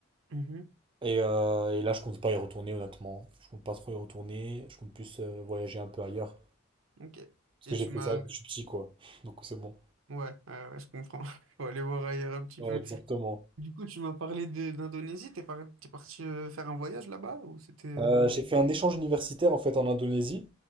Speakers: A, on the right (about 80°); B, on the right (about 25°).
A: Mhm.
B: Et, euh, et là, je compte pas y retourner, honnêtement. Je compte pas trop y retourner. Je compte plus euh, voyager un peu ailleurs.
A: Ok.
B: Parce
A: Et
B: que j'ai
A: tu
B: fait
A: m'as.
B: ça depuis petit, quoi. Donc c'est bon.
A: Ouais, ouais, ouais, je comprends. <laughs> Faut aller voir ailleurs un petit
B: Ouais,
A: peu.
B: exactement.
A: Du coup, tu m'as parlé de- d'Indonésie. T'es par... t'es parti euh, faire un voyage là-bas ou c'était. euh,
B: Euh, j'ai fait un échange universitaire, en fait, en Indonésie.